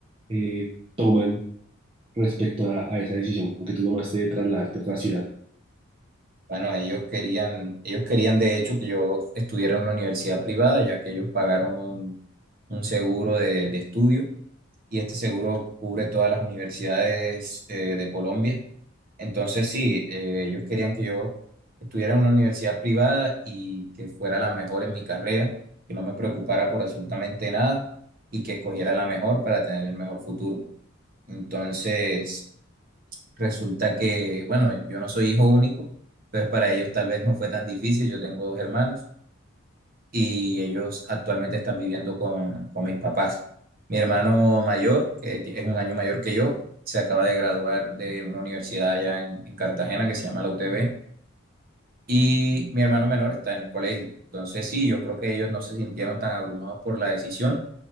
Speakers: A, on the right (about 25°); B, on the right (about 45°).
A: eh, toman respecto a, a esa decisión que tú tomaste de trasladarte a otra ciudad.
B: Bueno, ellos querían, ellos querían de hecho que yo estuviera en una universidad privada, ya que ellos pagaron un, un seguro de, de estudio. y este seguro cubre todas las universidades eh, de Colombia. Entonces, sí, eh, ellos querían que yo estuviera en una universidad privada y que fuera la mejor en mi carrera, que no me preocupara por absolutamente nada y que escogiera la mejor para tener el mejor futuro. Entonces, resulta que, bueno, yo no soy hijo único, entonces para ellos tal vez no fue tan difícil, yo tengo dos hermanos y ellos actualmente están viviendo con, con mis papás. Mi hermano mayor, que ti- es un año mayor que yo, se acaba de graduar de una universidad allá en, en Cartagena que se llama la UTB y mi hermano menor está en el colegio. Entonces, sí, yo creo que ellos no se sintieron tan abrumados por la decisión.